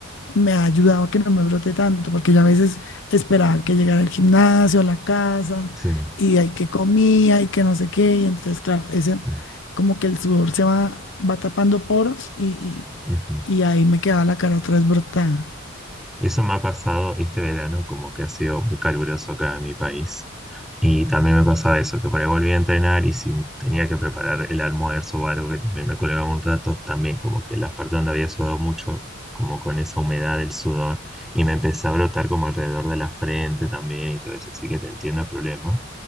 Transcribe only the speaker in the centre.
sí.
Mm,
ujú.
Eso me ha pasado este verano, como que ha sido muy caluroso acá en mi país. Y también me pasaba eso, que por ahí volví a entrenar y si tenía que preparar el almuerzo o algo que también me colgaba un rato, también como que las partes donde había sudado mucho, como con esa humedad del sudor, y me empecé a brotar como alrededor de la frente también y todo eso, así que te entiendo el problema.